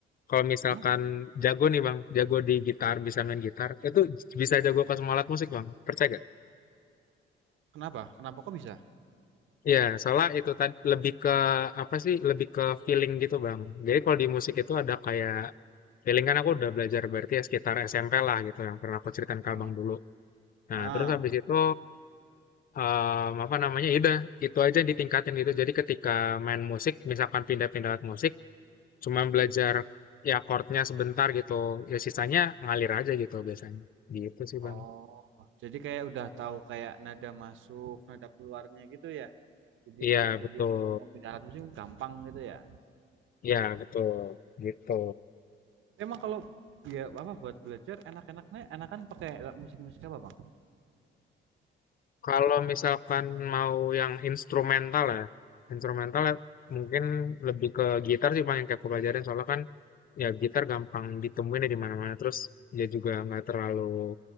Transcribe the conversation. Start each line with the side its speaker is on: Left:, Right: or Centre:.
Left: kalau misalkan
Right: Hmm?
Left: jago nih Bang, jago di gitar, bisa main gitar, itu bisa jago ke semua alat musik Bang, percaya gak?
Right: Kenapa? Kenapa kok bisa?
Left: Iya, soalnya itu tadi lebih ke apa sih? Lebih ke feeling gitu, Bang. Jadi kalau di musik itu ada kayak feeling kan aku udah belajar berarti ya sekitar SMP lah gitu yang pernah aku ceritain
Right: Ah.
Left: ke Abang dulu. Nah,
Right: Ah.
Left: terus habis itu Eee, apa namanya, ya udah itu aja yang ditingkatin gitu. Jadi ketika main musik, misalkan pindah-pindah alat musik, cuman belajar ya chordnya sebentar gitu, ya sisanya ngalir aja gitu biasanya. Gitu sih, Bang.
Right: Oh, jadi kayak udah tahu kayak nada masuk, nada keluarnya gitu ya. Jadi
Left: Iya,
Right: jadi
Left: betul.
Right: kalau mau pindah alat musik gampang gitu ya.
Left: Iya, betul, gitu.
Right: Tapi emang kalau ya apa buat belajar enak-enaknya enakan pakai alat musik-musik apa, Bang?
Left: Kalau misalkan mau yang instrumental ya, instrumental ya mungkin lebih ke gitar sih, Bang, yang kayak aku pelajarin soalnya kan ya gitar gampang ditemuin ya di mana-mana, terus ya juga nggak terlalu